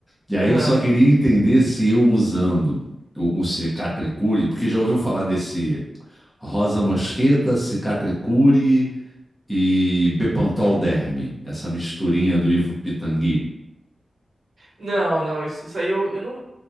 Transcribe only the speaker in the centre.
E aí
eu só queria entender se eu usando o, o cicatricure, porque já ouviu falar desse rosa mosqueta, cicatricure e bepantol derme, essa misturinha do Ivo Pitangui.